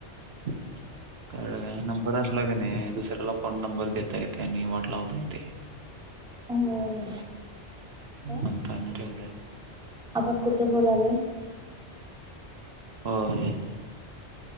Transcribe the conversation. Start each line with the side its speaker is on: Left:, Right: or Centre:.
Right: ह. कळलं काय नंबर असला का नाही दुसऱ्याला फोन नंबर देता येते आणि वाटला होता येते.
Centre: होय काय
Right: हांत ठव.
Centre: आपण कुठे बोलालो.
Right: होय.